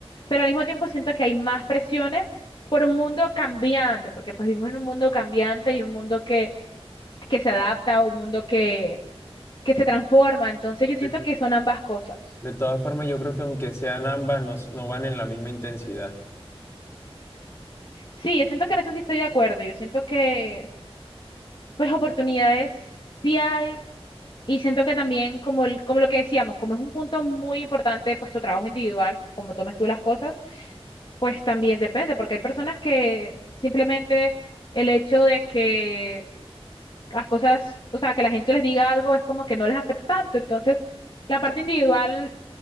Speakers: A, on the left; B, on the left.
A: pero al mismo tiempo siento que hay más presiones por un mundo cambiante, porque pues vivimos en un mundo cambiante y un mundo que, que se adapta, un mundo que, que se transforma. Entonces yo siento
B: De
A: que son ambas cosas.
B: de todas formas, yo creo que aunque sean ambas, no, no van en la misma intensidad.
A: Sí, yo siento que en eso sí estoy de acuerdo. Yo siento que, pues, oportunidades sí hay. Y siento que también, como, el- como lo que decíamos, como es un punto muy importante, pues, tu trabajo individual, como tomes tú las cosas, pues también depende, porque hay personas que simplemente el hecho de que las cosas, o sea, que la gente les diga algo es como que no les afecta tanto. Entonces, la parte individual